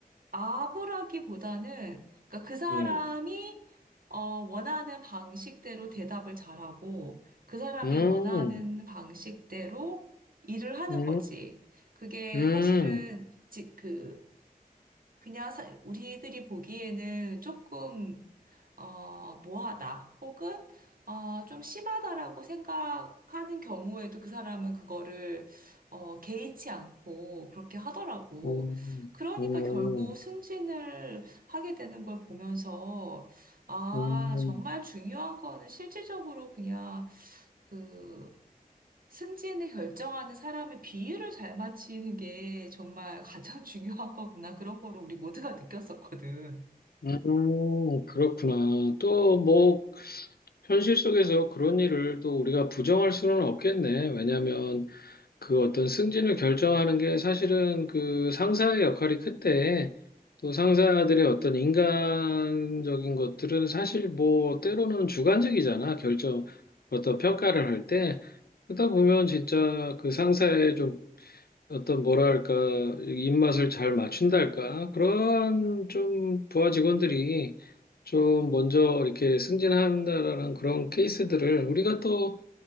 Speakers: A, on the right; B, on the left.
A: 아부라기보다는 그러니까 그 사람이
B: 음,
A: 어, 원하는 방식대로 대답을 잘하고 그 사람이
B: 음,
A: 원하는 방식대로 일을 하는
B: 음,
A: 거지. 그게
B: 음. 음.
A: 사실은 지, 그 그냥 사- 우리들이 보기에는 조금 어, 뭐하다 혹은 어, 좀 심하다라고 생각하는 경우에도 그 사람은 그거를 어, 개의치 않고 그렇게 하더라고.
B: 음,
A: 그러니까
B: 음,
A: 결국 승진을 하게 되는 걸 보면서 아,
B: 음,
A: 정말 중요한 거는 실질적으로 그냥 그 승진을 결정하는 사람의 비율을 잘 맞추는 게 정말 가장 <laughs> 중요한 거구나. 그런 거를 우리 모두가 느꼈었거든.
B: 음, 음, 그렇구나. 또 뭐, 현실 속에서 그런 일을 또 우리가 부정할 수는 없겠네. 왜냐하면 그 어떤 승진을 결정하는 게 사실은 그 상사의 역할이 큰데 또 상사들의 어떤 인간적인 것들은 사실 뭐, 때로는 주관적이잖아. 결정, 어떤 평가를 할 때. 그러다 보면 진짜 그 상사의 좀 어떤 뭐랄까 입맛을 잘 맞춘달까 그런 좀 부하 직원들이 좀 먼저 이렇게 승진한다라는 그런 케이스들을 우리가 또